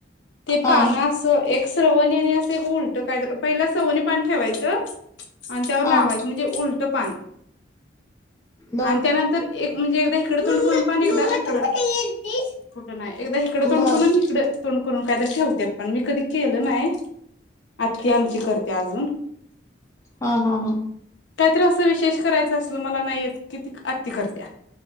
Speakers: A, on the left; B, on the left.
A: ते
B: हा
A: पाना
B: हा
A: असं एक स्रवणी आणि असं एक उलट कायत पहिला स्रवनी पान ठेवायचं आणि त्यावर
B: हा
A: लावायचं म्हणजे उल लट पान
B: बर
A: आणि त्यानंतर एक म्हणजे एकदा इकडे तोंडकरन पण एकदा <unintelligible> एकदा इकडं तोड
B: बर
A: करून इकडे तोंड करून काहीत ठेवते पण मी कधी केलं नाही आत्ती आमची करते अजून
B: हा हा हा
A: काहीत्र असं विशेष करायचं असल मला नाही येत किती आत्ती करतीया